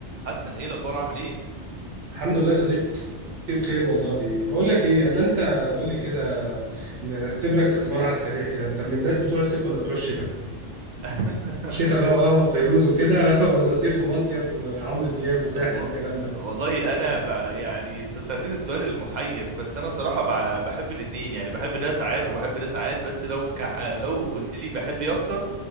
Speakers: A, on the right; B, on the right.
A: حسن ايه الاخبار عامل ايه
B: الحمد لله يا صديقي بخير والله بقول لك ايه الا انت قول لي كده نختبرك اختبار على السريع كده انت من الناس بتوع الصيف ولا بتوع الشتاء
A: <laughs>
B: شتاء بقى وقهوة في فيروز وكده <laughs> ولا صيف ومصيف وعمرو دياب وساحل
A: و...
B: والكلام ده
A: والله انا ب... يعني أنت سألتني السؤال المحير بس انا صراحه ب... بحب الاثنين يعني بحب ده ساعات وبحب ده ساعات بس لو كح... لو قلت لي بحب ايه اكتر